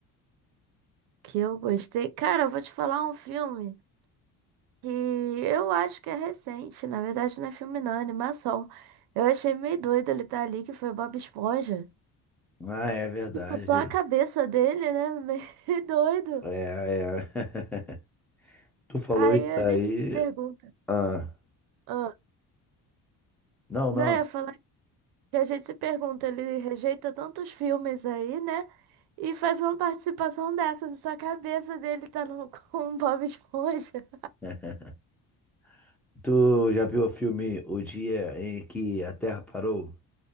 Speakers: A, on the right; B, in the centre.
A: que eu gostei. Cara, eu vou te falar um filme que eu acho que é recente, na verdade não é filme não, é animação. Eu achei meio doido ele estar ali, que foi Bob Esponja.
B: Ah, é verdade.
A: Tipo, só a cabeça dele, né? <laughs> Meio doido.
B: É, é. <laughs> Tu falou
A: Aí
B: isso
A: a
B: aí.
A: gente se pergunta.
B: Ah,
A: Ah,
B: não,
A: não,
B: não.
A: eu ia falar que a gente se pergunta, ele rejeita tantos filmes aí, né? E faz uma participação dessa, só a cabeça dele tá no, <laughs> com o Bob Esponja.
B: <laughs> Tu já viu o filme O Dia em que a Terra Parou?